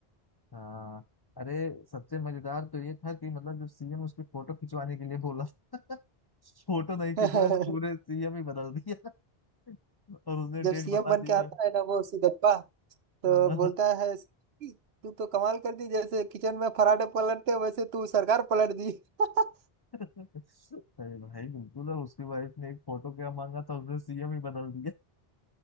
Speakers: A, on the left; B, on the right.
A: हाँ अरे सबसे मजेदार तो ये था कि मतलब जब सीएम उसकी फोटो खिंचवाने के लिए बोला <laughs> फोटो नहीं खिंचवाया
B: लिया
A: तो पूरे
B: <laughs>
A: सीएम ही बदल दिया <laughs> और उसने
B: जब
A: डेट
B: सीएम
A: बता
B: बन
A: दिया
B: के आता है ना वो सिद्दप्पा तो
A: हाँ।
B: बोलता है "कि तू तो कमाल कर दी जैसे किचन में पराठे पलटते वैसे तू सरकार पलट दी <laughs>
A: <laughs> अरे भाई बिल्कुल और उसकी वाइफ ने एक फोटो क्या मांगा था उसने सीएम ही बदल दिया